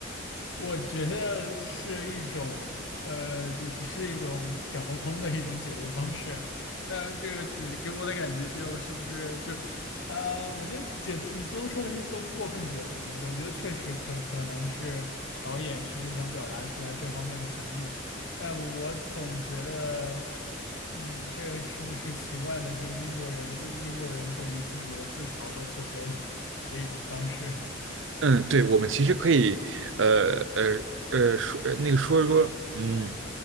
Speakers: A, on the left; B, on the right.
A: 我觉得是一种，呃，就是是一种讲得通的一种解读方式，但这个就是给我的感觉就是不是就，呃，我觉得解读你不能说它是过度过分解读，我觉得确实可可能是导演其实想表达出来这方面的含义，但我总觉得，嗯，这个是不是习惯的这个英国人对英国人对于自己的自嘲和自黑的一种方式？
B: 嗯，对，我们其实可以，呃呃呃，说呃那个说说，嗯，